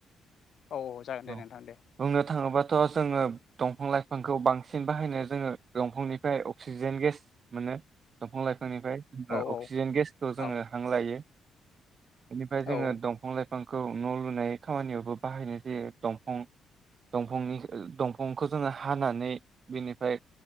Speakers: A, on the left; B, on the right.
A: औ जागोन दे
B: औ
A: नोंथां दे
B: बुंनो थाङोबाथ' जोङो दंफां लाइफांखौ बांसिन बाहायनो जोङो दंफांनिफ्राय अक्सिजेन गेस मोनो दंफां लाइ फांनिफ्राय ओ
A: औ औ
B: अक्सिजेन गेसखौ जोङो
A: औ
B: हां लायो। बेनिफ्राय जोङो
A: औ
B: दंफां लाइ फांखौ न' लुनाय खामानियावबो बाहायनाय जायो। दंफां दफांनि दंफांखो जोङो हानानै बिनिफाय